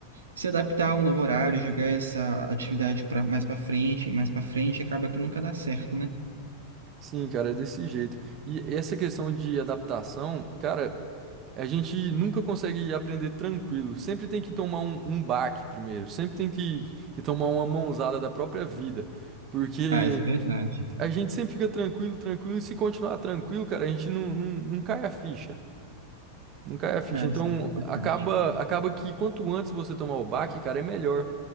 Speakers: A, on the right; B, on the right.
A: se adaptar ao novo horário, jogar essa atividade para mais para frente, mais para frente, acaba que nunca dá certo, né?
B: Sim, cara, é desse jeito. E essa questão de adaptação, cara, a gente nunca consegue aprender tranquilo. Sempre tem que tomar um, um baque primeiro. Sempre tem que, que tomar uma mãozada da própria vida. Porque
A: Ah, isso é verdade.
B: a gente sempre fica tranquilo, tranquilo. E se continuar tranquilo, cara, a gente não, não, não cai a ficha. Não cai a ficha.
A: Cara,
B: Então,
A: isso é
B: acaba,
A: verdade.
B: acaba que quanto antes você tomar o baque, cara, é melhor.